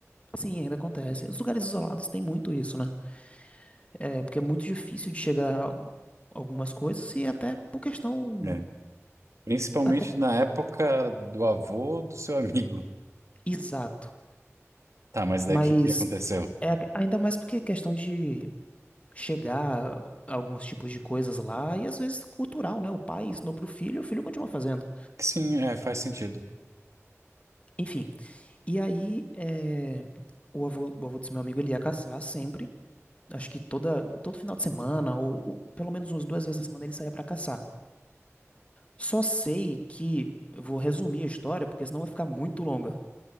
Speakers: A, on the left (about 25°); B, on the right (about 70°).
A: sim, ainda acontece. Os lugares isolados têm muito isso, né? É, porque é muito difícil de chegar a algumas coisas e até por questão
B: É. Principalmente
A: até
B: na época do avô do seu amigo.
A: exato,
B: Tá, mas daí
A: mas
B: o que que aconteceu?
A: é a- ainda mais porque é questão de chegar a alguns tipos de coisas lá e às vezes cultural, né? O pai ensinou pro filho, o filho continua fazendo.
B: Sim, é, faz sentido.
A: Enfim, e aí é, o avô, o avô desse meu amigo ele ia caçar sempre, acho que toda todo final de semana ou, ou pelo menos umas duas vezes na semana ele saía pra caçar. Só sei que eu vou resumir a história porque senão vai ficar muito longa.